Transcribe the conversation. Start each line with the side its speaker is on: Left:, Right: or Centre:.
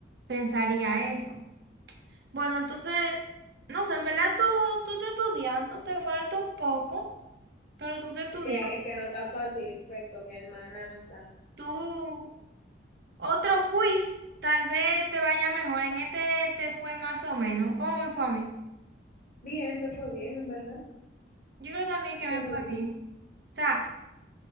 Right: pensaría eso. Bueno, entonces, no sé, en verdad tú, tú estás estudiando, te falta un poco. Pero tú te estudias.
Left: Es que, es que no está fácil, infecto, mi hermanasta.
Right: Tú, otro quiz, tal vez te vaya mejor. En este te fue más o menos. ¿Cómo me fue a mí?
Left: Bien, te fue bien, en verdad.
Right: Yo creo también que
Left: Te fue
Right: me
Left: muy
Right: fue
Left: bien.
Right: bien. O sea,